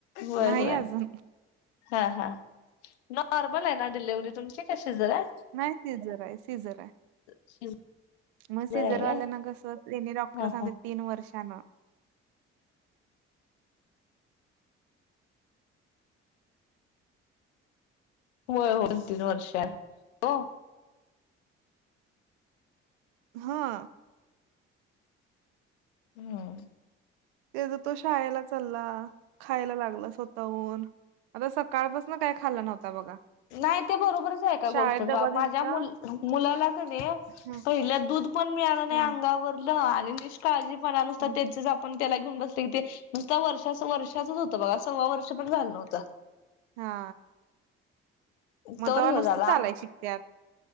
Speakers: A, on the left; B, on the right.
A: हय
B: नाही
A: होय
B: अजून
A: हा हा नॉर्मल आहे ना डिलेव्ही तुमची कशी झारा
B: नाही सिझर आहे सिझर आहे
A: शिजर
B: मग सिझरवाल्या
A: आहे व्हय
B: ना कस त्यांनी डॉक्टर
A: हा
B: सांगते
A: हा
B: तीन वर्षांना
A: होय दोन तीन वर्ष हो
B: हा
A: हम्म
B: त्याचा तो शाळेला चालला खायला लागला स्वतःहून आता सकाळपासून काय खाल्ला नव्हता बघा
A: नाही ते बरोबरच आहे का
B: शाळेत
A: गोष्ट
B: डबा
A: माझ्या
B: दिलता
A: मु मुलाला कण
B: हा
A: पहिल्या दूध पण मिळालं नाही
B: हा
A: अंगावरलं आणि निष्काळजीपणा नुसत
B: हा
A: त्याचच आपण त्याला घेऊन बसत की ते नुसता वर्षा वर्षाच होतं बघा सव्वा वर्ष पण झालं नवतं
B: हा मग
A: तोरी
B: तेव्हा
A: हो
B: नुसतं
A: झाला
B: चालाय शिकत्यात